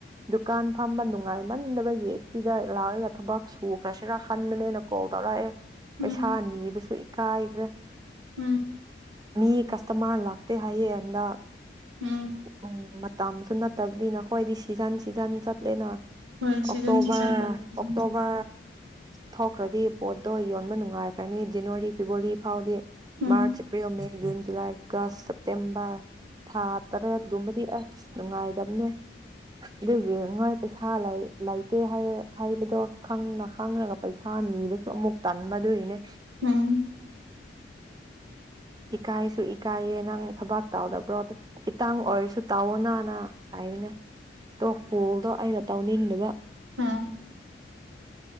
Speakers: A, on the right; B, on the right.
A: ꯗꯨꯀꯥꯟ ꯐꯝꯕ ꯅꯨꯡꯉꯥꯏꯃꯟꯗꯕꯒꯤ ꯁꯤꯗ ꯂꯥꯛꯑꯒ ꯊꯕꯛ ꯁꯨꯈ꯭ꯔꯁꯤꯔ ꯈꯟꯕꯅꯦꯅꯀꯣ ꯇꯧꯔꯛꯑꯦ ꯄꯩꯁꯥ
B: ꯎꯝ
A: ꯅꯤꯕꯁꯨ ꯏꯀꯥꯏꯒ꯭ꯔꯦ
B: ꯎꯝ
A: ꯃꯤ ꯀꯁꯇꯃꯥꯔ ꯂꯥꯛꯇꯦ ꯍꯥꯏꯌꯦ ꯍꯟꯗꯛ ꯑ
B: ꯎꯝ
A: ꯎꯝ ꯃꯇꯝꯁꯨ ꯅꯠ ꯇꯕꯅꯤꯅ ꯑꯩꯈꯣꯏꯗꯤ ꯁꯤ ꯁꯤꯖꯟ ꯁꯤꯖꯟ ꯆꯠꯂꯦꯅ
B: ꯍꯣꯏ ꯁꯤꯖꯟ
A: ꯑꯣꯛꯇꯣꯕꯥ
B: ꯁꯤꯖꯟ ꯎꯝ
A: ꯑꯣꯛꯇꯣꯕꯥ ꯊꯣꯛꯈ꯭ꯔꯗꯤ ꯄꯣꯠꯇꯣ ꯌꯣꯟꯕ ꯅꯨꯡꯉꯥꯏꯒ꯭ꯔꯅꯤ ꯖꯟꯅꯋꯥꯔꯤ ꯐꯦꯕꯋꯥꯔꯤ ꯐꯥꯎꯗꯤ
B: ꯎꯝ
A: ꯃꯥꯔꯆ ꯑꯦꯄ꯭ꯔꯤꯜ ꯃꯦ ꯖꯨꯟ ꯖꯨꯂꯥꯏꯒ ꯁꯦꯞꯇꯦꯝꯕꯔ ꯊꯥ ꯇꯔꯦꯠꯒꯨꯝꯕꯗꯤ ꯑꯁ ꯅꯨꯡꯉꯥꯏꯇꯕꯅꯦ ꯑꯗꯨꯒꯤ ꯉꯩ ꯄꯩꯁꯥ ꯂꯩ ꯂꯩꯇꯦ ꯍꯥꯏꯕ ꯍꯥꯏꯕꯗꯣ ꯈꯪꯅ ꯈꯪꯉꯒ ꯄꯩꯁꯥ ꯄꯩꯁꯥ ꯅꯤꯕꯁꯨ ꯑꯃꯨꯛ ꯇꯟꯕ ꯑꯗꯨꯒꯤꯅꯦ
B: ꯎꯝ
A: ꯏꯀꯥꯏꯁꯨ ꯏꯀꯥꯏꯌꯦ ꯅꯪ ꯊꯕꯥꯛ ꯇꯧꯔꯕ꯭ꯔꯣ ꯏꯇꯥꯡ ꯑꯣꯏꯔꯁꯨ ꯇꯥꯑꯣ ꯅꯥꯅ ꯍꯥꯏꯕꯅꯦ ꯑꯗꯣ ꯀꯣꯜꯗꯣ ꯑꯩꯅ ꯇꯧꯅꯤꯡꯗꯕ
B: ꯍꯝ